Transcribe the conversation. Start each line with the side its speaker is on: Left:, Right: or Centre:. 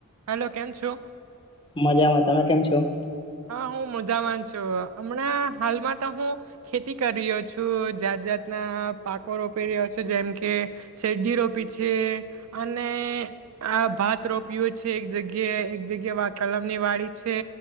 Right: Hello કેમ છો?
Left: મજામાં તમે કેમ છો?
Right: હા હું મોજામાન છું હમણાં હાલમાં તો હું ખેતી કરી રહ્યો છું જાત જાતના પાકો રોપી રહ્યો છે જેમ કે શેરડી રોપી છે અને આ ભાત રોપયો છે એક જગ્યા એક જગ્યા કલમની વાળી છે.